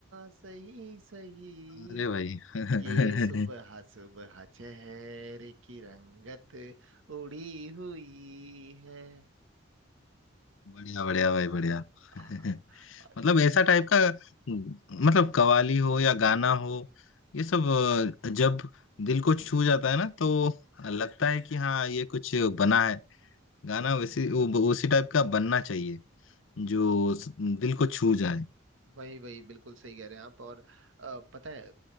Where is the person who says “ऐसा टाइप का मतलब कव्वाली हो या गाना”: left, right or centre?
Left